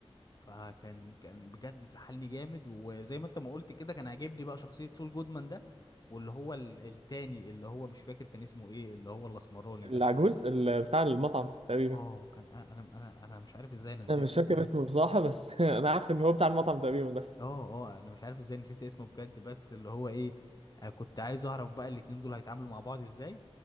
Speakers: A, on the left; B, on the right.
A: فكان كان بجد سحلني جامد وزي ما انت ما قلت كده كان عاجبني بقى شخصية سول جودمان ده واللي هو ال- التاني اللي هو مش فاكر كان اسمه ايه اللي هو الاسمراني
B: العجوز
A: ده
B: ال- بتاع المطعم تقريبا
A: اه كان انا انا انا مش عارف ازاي انا نسيت
B: انا مش
A: اسمه
B: فاكر اسمه بصراحه بس <laughs> انا عارف ان هو بتاع المطعم تقريبا بس
A: اه اه انا مش عارف ازاي نسيت اسمه بجد بس اللي هو ايه آه كنت عايز اعرف بقى الاتنين دول هيتعاملوا مع بعض ازاي